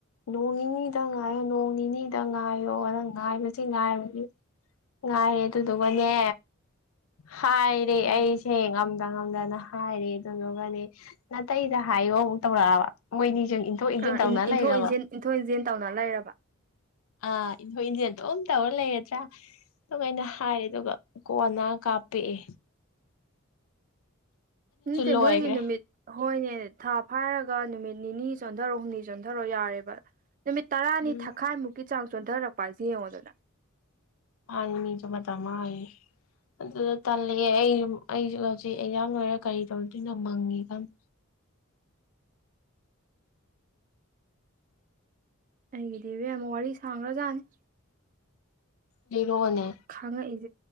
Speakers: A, on the left (about 75°); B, on the right (about 40°).
A: ꯅꯣꯡ ꯅꯤꯅꯤꯗ ꯉꯥꯏꯌꯣ ꯅꯣꯡ ꯅꯤꯅꯤꯗ ꯉꯥꯏꯌꯣꯅ ꯉꯥꯏꯕꯁꯤ ꯉꯥꯏꯕꯁꯤ ꯉꯥꯏꯔ‌ꯦ ꯑꯗꯨꯗꯨꯒꯅꯦ ꯍꯥꯏꯔꯦ
B: ꯎꯝ
A: ꯑꯩꯁꯦ ꯉꯝꯗ ꯉꯝꯗꯅ ꯍꯥꯏꯔꯦ ꯑꯗꯨꯗꯨꯒꯗꯤ ꯅꯥꯇꯩꯗ ꯍꯥꯏꯌꯣ ꯇꯧꯔꯛꯑꯕ ꯃꯣꯏꯅꯤꯁꯨ ꯏꯟꯊꯣꯛ ꯏꯟꯁꯤꯟ
B: ꯑꯥ
A: ꯇꯧꯅ
B: ꯏꯟꯊꯣꯛ
A: ꯂꯩꯔꯕ
B: ꯏꯟꯁꯤꯟ ꯏꯟꯊꯣꯛ ꯏꯟꯁꯤꯦꯟ ꯇꯧꯅ ꯂꯩꯔꯕ
A: ꯑ ꯏ ꯍꯣꯏꯗꯦꯇ ꯎꯇ ꯑꯣꯂꯦ ꯍꯥꯏ꯭ꯔ ꯑꯗꯨꯒ ꯑꯩꯅ ꯍꯥꯏꯔ ꯑꯗꯨꯒ ꯀꯣꯟꯅ ꯀꯥꯞꯄꯑꯦ
B: ꯅꯠꯇꯦ
A: ꯂꯣꯏꯈ꯭ꯔꯦ
B: ꯃꯣꯏꯒꯤ ꯅꯨꯃꯤꯠ ꯍꯣꯏꯅꯦ ꯊꯥ ꯐꯥꯏꯔꯒ ꯅꯨꯃꯤꯠ ꯅꯤꯅꯤ ꯆꯣꯟꯊꯔꯛ ꯍꯨꯝꯅꯤ ꯆꯣꯟꯊꯔꯛꯣ ꯌꯥꯔꯦꯕ ꯅꯨꯃꯤꯠ ꯇꯔꯥꯅꯤ
A: ꯎꯝ
B: ꯊꯥꯈꯥꯏꯃꯨꯛꯀꯤ ꯆꯥꯡ ꯆꯣꯟꯊꯔꯛꯄ ꯍꯥꯏꯁꯤꯦ ꯌꯦꯡꯉꯣꯗꯅ
A: ꯑ ꯃꯤꯁꯨꯕꯇꯥ ꯃꯥ ꯑꯗꯨꯗ ꯇꯜꯂꯛꯑꯦ ꯑꯩ ꯑꯩꯁꯨ ꯍꯧꯖꯤꯛ ꯑꯖꯥꯡ ꯂꯣꯏꯔꯒ ꯀꯔꯤ ꯇꯧꯗꯣꯏꯅꯣ ꯃꯪꯉꯤ ꯀ <unintelligible>
B: ꯑꯩꯒꯤꯗꯤꯕꯦꯝ ꯋꯥꯔꯤ ꯁꯥꯡꯂ꯭ꯔꯖꯥꯠꯅꯤ
A: ꯂꯤꯔꯛꯑꯣꯅꯦ
B: ꯈꯥꯡꯉꯛꯏꯁꯦ